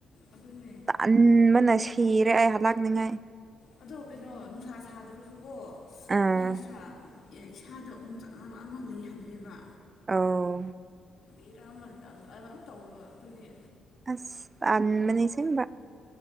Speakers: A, on the left; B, on the right.
A: ꯑꯗꯨꯅꯦ
B: ꯇꯟꯕꯅ ꯁꯤꯔꯦ ꯑꯩ ꯍꯂꯛꯅꯤꯡꯉꯥꯏ
A: ꯑꯗꯣ ꯀꯩꯅꯣ ꯅꯨꯡꯁꯥ ꯁꯥꯗ꯭ꯔꯁꯨꯀꯣ
B: ꯑꯥ
A: ꯀꯔꯤ ꯍꯥꯏꯁꯦꯔꯥ ꯏꯁꯥꯗ ꯎꯝꯆꯥꯛꯅꯕ ꯑꯃ ꯂꯩ ꯍꯥꯏꯑꯦꯕ꯫
B: ꯑꯥꯎ
A: ꯏꯔꯥꯃꯜꯗ ꯑꯗꯨꯃꯥꯏ ꯇꯧꯕ ꯑꯗꯨꯒꯤ꯫
B: ꯑꯁ ꯇꯟꯕꯅꯤ ꯁꯤꯟꯕ꯫